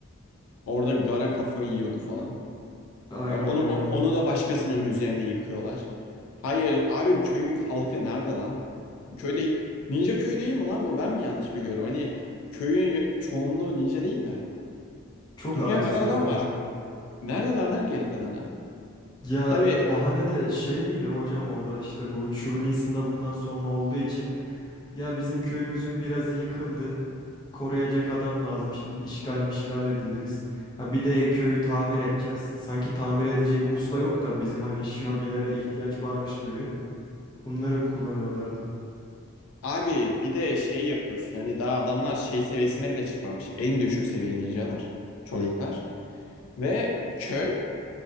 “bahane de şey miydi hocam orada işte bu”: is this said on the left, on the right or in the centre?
Left